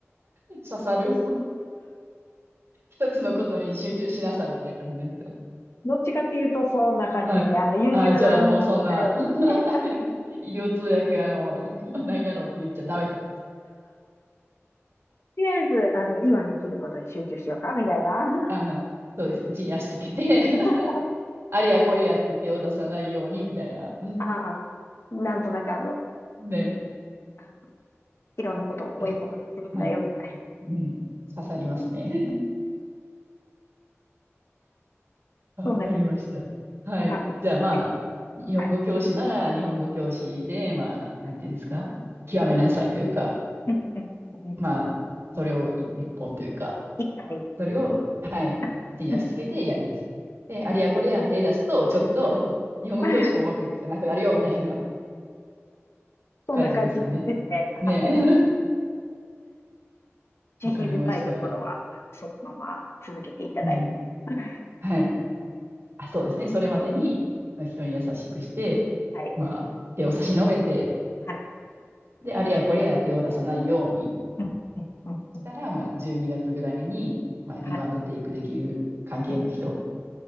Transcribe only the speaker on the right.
<laughs> 刺さる。一つのことに集中しなさいみたいな感じですか。
はい。
あ、じゃあもうそんな <laughs>
医療通訳やの、なんか、なんやろうって言っちゃダメだ。
あ、そうですね。地に足つけて <laughs>
あれやこれやって手を出さないようにみたいな。
ね。
あさはい。うん。刺さりますね。<laughs> あ、
わかりました。はい。
じゃあまあ、
日本語教師なら日本語教師で、
まあ、なんていうんですか。
極めなさいというか、
まあ、それを一一本というか。
それを、はい、地に足つけてやります。
で、あれやこれや手出すと、ちょっと、日本語教師もうまくいかなくなるよ、
みたいな <laughs>
感じですかね。
ねえ。<laughs>
わかりました。
うん。
はい。あ、そうですね。それまでに、まあ人に優しくして、
まあ、手を差し伸べて、
で、あれやこれや手を出さないように
したら、
まあ、12月ぐらいに、まあ、ギブアンドテイクできる関係の人